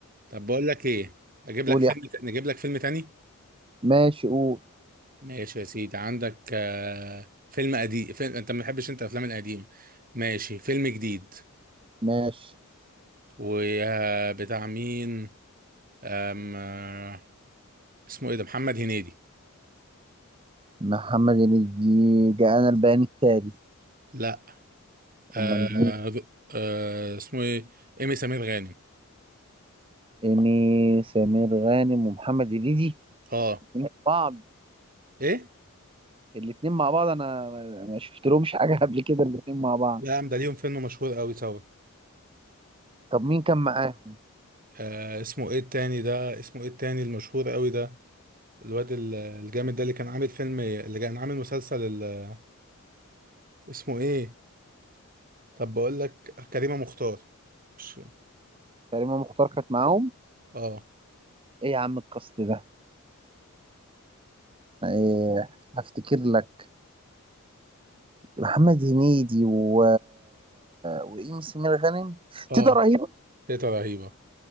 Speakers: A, on the right; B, on the right.
A: طب بقول لك ايه اجيب لك
B: قول
A: فيلم
B: يا أحمد.
A: ت... نجيب لك فيلم تاني
B: ماشي قول
A: ماشي يا سيدي عندك آه... فيلم قديم فيلم... انت ما بتحبش انت الافلام القديمه ماشي فيلم جديد
B: ماشي
A: وبتاع مين أم... آه، اسمه ايه ده محمد هنيدي
B: محمد هنيدي جاءنا البيان التالي
A: لا آه...
B: امال مين
A: آه... اسمه ايه ايمي سمير غانم
B: إيمي سمير غانم ومحمد هنيدي
A: اه
B: الاتنين مع بعض
A: ايه
B: الاتنين مع بعض انا ما ما شفت لهمش حاجة قبل كده الاتنين مع بعض
A: لا يا عم ده ليهم فيلم مشهور قوي سوا
B: طب مين كان معاهم
A: آه اسمه ايه التاني ده اسمه ايه التاني المشهور قوي ده الواد ال- الجامد ده اللي كان عامل فيلم اللي كان عامل مسلسل ال- اسمه ايه طب بقول لك كريمة مختار مش
B: كريمة مختار كانت معاهم
A: اه
B: ايه يا عم القصد ده ايه هفتكر لك محمد هنيدي و... وإيمي سمير غانم
A: اه
B: تيتا رهيب
A: تيتا رهيبة